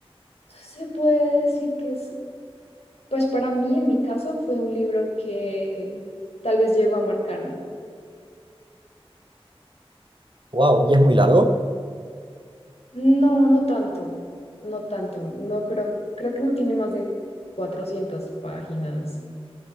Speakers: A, on the left; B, on the right.
A: se puede decir que es, pues para mí, en mi caso, fue un libro que tal vez llegó a marcarme.
B: Wow, ¿y es muy largo?
A: No, no tanto, no tanto, no creo, creo que no tiene más de 400 páginas,